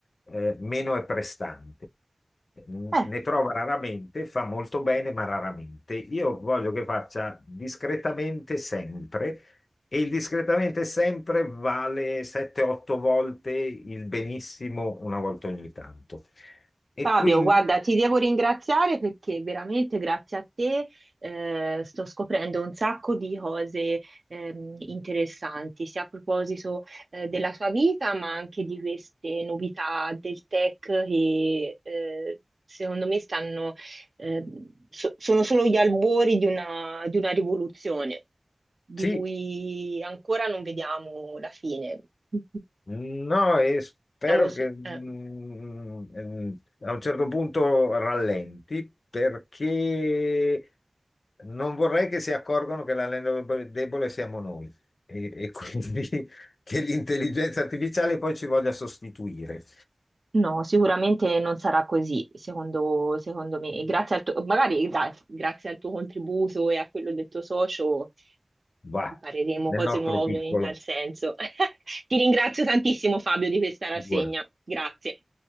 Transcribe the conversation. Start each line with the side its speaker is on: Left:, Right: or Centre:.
Left: eh, meno è prestante ne
Right: Eh,
Left: trova raramente, fa molto bene, ma raramente. Io voglio che faccia discretamente sempre e il discretamente sempre vale 7-8 volte il benissimo una volta ogni tanto. E
Right: Fabio,
Left: quindi
Right: guarda, ti devo ringraziare perché veramente grazie a te eh, sto scoprendo un sacco di cose ehm, interessanti, sia a proposito eh, della tua vita, ma anche di queste novità del tech che eh, secondo me stanno, ehm, so- sono solo gli albori di una, di una rivoluzione di
Left: sì,
Right: cui ancora non vediamo la fine. <laughs>
Left: No, e spero
Right: Siamo su-
Left: che mm,
Right: eh.
Left: ehm, a un certo punto rallenti perché non vorrei che si accorgano che l'anello deb- debole siamo noi e, e quindi <laughs> che l'intelligenza artificiale poi ci voglia sostituire.
Right: No, sicuramente non sarà così, secondo, secondo me. E Grazie al tuo, magari dai, grazie al tuo contributo e a quello del tuo socio
Left: Va,
Right: impareremo
Left: nel
Right: cose
Left: nostro
Right: nuove
Left: piccolo,
Right: in tal senso. <laughs> Ti ringrazio tantissimo, Fabio, di questa rassegna.
Left: figurati.
Right: Grazie.